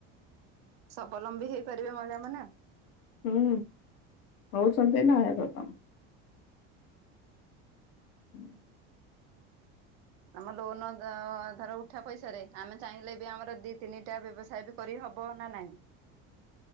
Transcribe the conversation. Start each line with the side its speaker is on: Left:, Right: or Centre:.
Right: ସ୍ୱବଲମ୍ବୀ ହେଇପାରିବେ ମହିଳା ମାନେ।
Left: ହୁଁ ହଉଛନ୍ତି ନା ହେବେ କଣ। <inaudible>
Right: ଆମ ଲୋନ ଅ ଧର ଉଠା ପଇସା ରେ ଆମେ ଚାହିଁଲେ ବି ଆମର ଦିଇ ତିନିଟା ବ୍ୟବସାୟ ଦୁ କରି ହବ ନା ନାହିଁ।